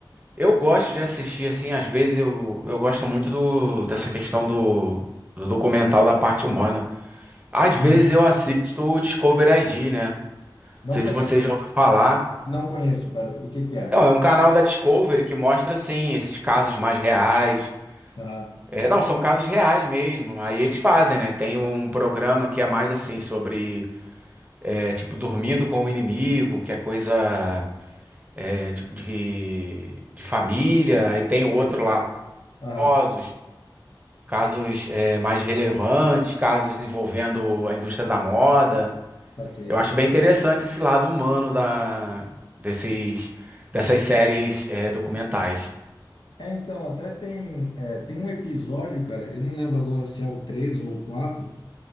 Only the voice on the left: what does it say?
Uhum.
Não
conheço,
não conheço, cara. O que que é?
Aham,
sei.
Aham,
ok.
É, então, até tem, é, tem um episódio, cara, eu não lembro agora se é o 3 ou o 4.